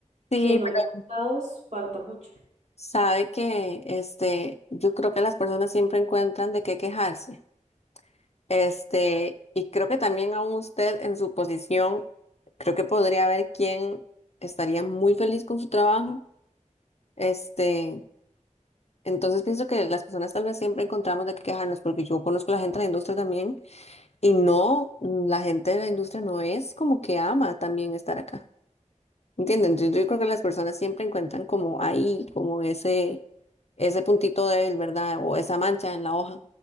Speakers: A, on the left (about 55°); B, on the right (about 65°).
A: Sí,
B: que en otros
A: pero
B: lados falta mucho.
A: sabe que este, yo creo que las personas siempre encuentran de qué quejarse. Este, y creo que también aún usted en su posición, creo que podría ver quién estaría muy feliz con su trabajo. Este, entonces pienso que las personas tal vez siempre encontramos de qué quejarnos, porque yo conozco a la gente de la industria también Y no, mm, la gente de la industria no es como que ama también estar acá. ¿Entienden? Entonces, Yo creo que las personas siempre encuentran como ahí, como ese, ese puntito débil, ¿verdad? O esa mancha en la hoja,